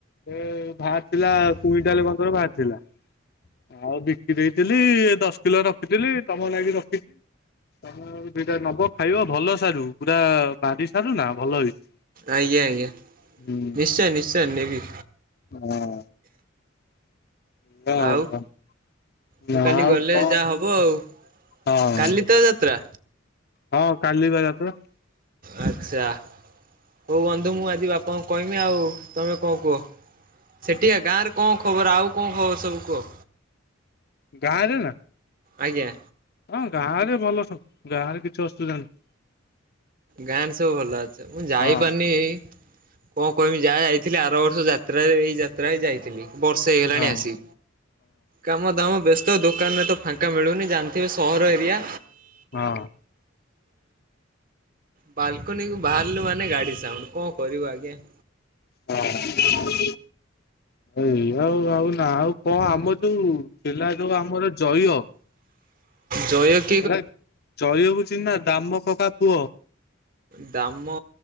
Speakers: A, on the left; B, on the right.
A: ଏ ବାହାରି ଥିଲା କୁଇଣ୍ଟାଲ ପନ୍ଦର ବାହାରି ଥିଲା। ଆଉ ବିକି ଦେଇଥିଲି ଦଶ କିଲୋ ରଖିଥିଲି ତମ ଲାଗି ରଖିଛି। ତମେ ଦିଟା ନବ ଖାଇବ, ଭଲ ସାରୁ ପୁରା ବାରି ସାରୁ ନା ଭଲ ହେଇଛି।
B: ଆଜ୍ଞା ଆଜ୍ଞା
A: ହୁଁ
B: ନିଶ୍ଚୟ ନିଶ୍ଚୟ ନେବି।
A: ହଁ। <unintelligible>
B: ଆଉ
A: ନା
B: ମୁଁ କାଲି
A: ଆଉ
B: ଗଲେ
A: କଣ
B: ଯାହା ହବ ଆଉ
A: ହଁ।
B: କାଲି ତ ଯାତ୍ରା
A: ହଁ କାଲିିବା ଯାତ୍ରା।
B: ଆଚ୍ଛା ହଉ ବନ୍ଧୁ ମୁଁ ଆଜି ବାପାଙ୍କୁ କହିବି ଆଉ ତମେ କଣ କୁହ? ସେଠିକା ଗାଁରେ କଣ ଖବର ଆଉ କଣ ଖବର ସବୁ କୁହ?
A: ଗାଁରେ ନା?
B: ଆଜ୍ଞା।
A: ହଁ ଗାଁ ରେ ଭଲ ସବୁ ଗାଁ ରେ କିଛି ଅସୁବିଧା ନାଁହି।
B: ଗାଁରେ ସବୁ ଭଲ ଅଛ ମୁଁ ଯାଇ
A: ହଁ
B: ପାରୁିନି ଏଇ କଣ କହମି ଯାହା ଯାଇଥିଲି ଆର ବର୍ଷ ଯାତ୍ରାରେ ଏଇ ଯାତ୍ରା ହି ଯାଇଥିଲି। ବର୍ଷେ ହେଇଗଲାଣି
A: ହଁ
B: ଆସି କାମ ଦାମ ବସ୍ତ ତ ଦୋକାନରେ ତ ଫାଙ୍କା ମିଳୁନି ଜାଣିଥିବେ ସହର ଏରିଆ।
A: ହଁ।
B: ବାଲକୁନି କୁ ବାହାରିଲୁ ମାନେ ଗାଡ଼ି ସାଉଣ୍ଡ କଣ କରିବୁ ଆଜ୍ଞା?
A: ହଁ ଏଇ ଆଉ ଆଉ ନା ଆଉ କଣ ଆମର ଯୋଉ ଥିଲା ଯୋଉ ଆମର ଜୟ
B: ଜୟକ୍
A: ହେଲା ଜୟକୁ ଚିନିନ ଦାମ କକା ପୁଅ।
B: ଦାମ